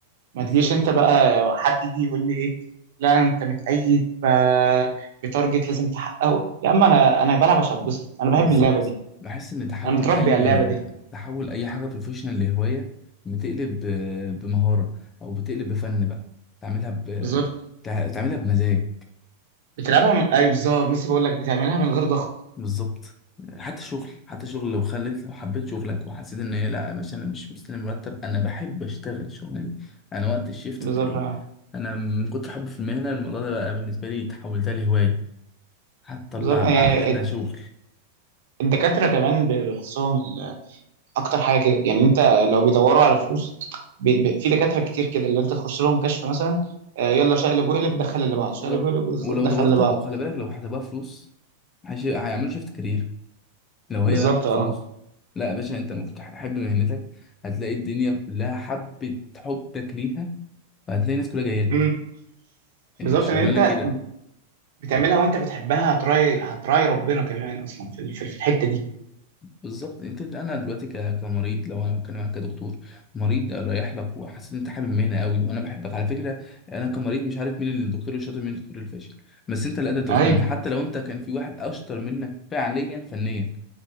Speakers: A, on the right (about 65°); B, on the left (about 25°).
A: ما
B: بالظبط
A: تجيش انت بقى حد يجي يقول لي ايه لا انت متقيد ب- بتارجت لازم تحققه يا عم انا انا بلعب عشان اتبسط انا بحب
B: بالظبط
A: اللعبه دي
B: بحس ان تحول
A: انا متربي
B: اي
A: على اللعبه دي
B: تحول اي حاجه بروفيشنال لهوايه بتقلب ب- بمهاره او بتقلب بفن بقى تعملها ب...
A: بالظبط
B: تع- تعملها بمزاج
A: بتلعبها من اي بالظبط لسه بقول لك بتعملها من غير ضغط
B: بالظبط حتى شغل حتى شغل لو خليت لو حبيت شغلك وحسيت ان هي لا مش انا مش مستني مرتب انا بحب اشتغل الشغلانه دي انا وقت الشيفت
A: بالظبط
B: بتاعي
A: آه.
B: انا من كتر حب في المهنه الموضوع ده بقى بالنسبه لي تحولتها لهوايه هتطلع
A: بالظبط آه، يعني
B: احلى شغل
A: الدكاترة كمان بيحسهم ال- اكتر حاجة كده يعني انت لو بيدوروا على فلوس بي... بي... في دكاترة كتير كده اللي انت تخش لهم كشف مثلا آه، يلا شقلب وقلب دخل اللي بعض شقلب
B: بالظبط
A: وقلب دخل
B: ولو
A: دخل
B: دورت
A: اللي بعض
B: وخلي بالك لو حسبها فلوس هيش- هيعملوا شيفت كارير لو
A: بالظبط
B: هي بقى فيها فلوس
A: اه
B: لا يا باشا انت مفتح حب مهنتك هتلاقي الدنيا كلها حبت حبك ليها فهتلاقي الناس كلها جايه لك
A: امم
B: هي
A: بالظبط
B: الشغلانه
A: ان انت
B: كده
A: بتعملها وانت بتحبها هتراي هتراي ربنا كمان اصلا في ال- في في الحتة دي
B: بالظبط انت انا دلوقتي ك- كمريض لو انا بتكلم عنك كدكتور مريض رايح لك وحسيت ان انت حابب المهنه قوي وانا بحبك على فكره انا كمريض مش عارف مين الدكتور الشاطر مين الدكتور الفاشل بس انت اللي قادر
A: ايوه
B: تقنعني حتى لو انت كان في واحد اشطر منك فعليا فنيا